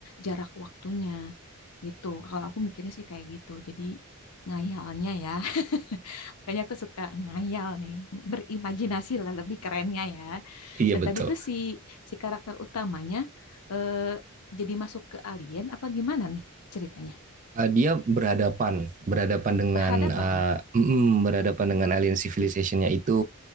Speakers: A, on the left; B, on the right.
A: jarak waktunya gitu. Kalau aku mikirnya sih kayak gitu. Jadi ngayalnya ya, <laughs> kayaknya aku suka ngayal nih, berimajinasi lah lebih kerennya ya.
B: iya
A: Nah,
B: betul
A: tadi tuh si si karakter utamanya eh, jadi masuk ke alien apa gimana nih ceritanya?
B: Eh, dia berhadapan berhadapan dengan
A: Berhadapan.
B: eh, mm, mm, berhadapan dengan alien civilizationnya itu